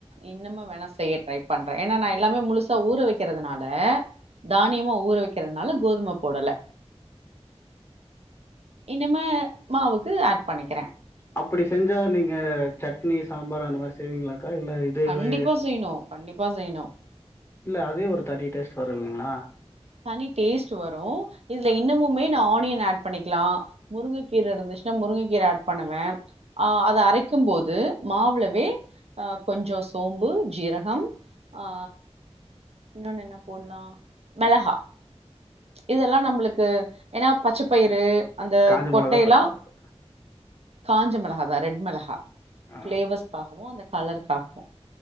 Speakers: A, on the right (about 65°); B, on the left (about 25°).
A: இன்னமு வேணா செய்ய ட்ரை பண்றே ஏனா நா எல்லாமே முழுசா ஊற வெக்கிறதுனால தானியமா ஊற வெக்கிறதுனால கோதும போடல இனிமே மாவுக்கு ஆட் பண்ணிக்கிறே
B: அப்புடி செஞ்சா நீங்க சட்னி சாம்பார் அந்த மாரி செய்வீங்ளாக்கா இல்ல இதுவே
A: கண்டிப்பா செய்ணு கண்டிப்பா செய்ணு
B: இல்ல அதே ஒரு தனி டேஸ்டு வரும் இல்லங்களா
A: தனி டேஸ்ட் வரும் இதுல இன்னமுமே நா ஆனியன் ஆட் பண்ணிக்கலா முருங்கைகீரை இருந்துச்சுன்னா முருங்கைகீரை ஆட் பண்ணுவே ஆ அதை அரைக் க்கும் போது மாவுளவே ஆ கொஞ்ச சோம்பு ஜீரகம் ஆ இன்னொன்னு என்ன போடலா மிளகா இதெல்லா நம்மளுக்கு ஏன்னா பச்சைப்பயிறு அந்த
B: காஞ்ச
A: கொட்டையல்லா
B: மொளகா பச்ச மொளகா
A: காஞ்ச மிளகா அத ரெட் மிளகா
B: ஆ
A: பிளேவர்ஸ்சுக்காகவு அந்த கலருக்காகவு